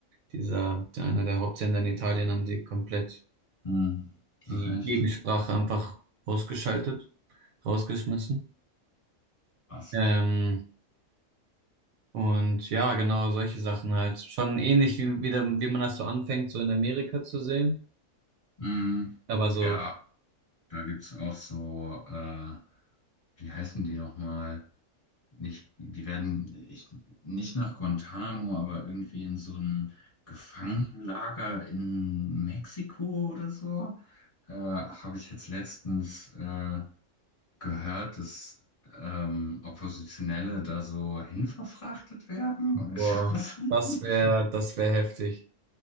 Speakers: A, on the right (about 85°); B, on the left (about 25°).
A: dieser, einer der Hauptsender in Italien, haben sie komplett
B: Hm.
A: die
B: Ach echt?
A: Gegensprache einfach ausgeschaltet, rausgeschmissen.
B: Was?
A: Ähm, und ja, genau solche Sachen halt. Schon ähnlich wie, wie, dann- wie man das so anfängt, so in Amerika zu sehen.
B: Hm.
A: Aber so,
B: Ja, da gibt's auch so, äh, wie heißen die nochmal? Nicht, die werden ich, nicht nach Guantanamo, aber irgendwie in so ein Gefangenenlager in Mexiko oder so. Äh, habe ich jetzt letztens äh, gehört, dass ähm, Oppositionelle da so hinverfrachtet werden. Und
A: boah,
B: ich, <laughs>
A: das wäre, das wäre heftig.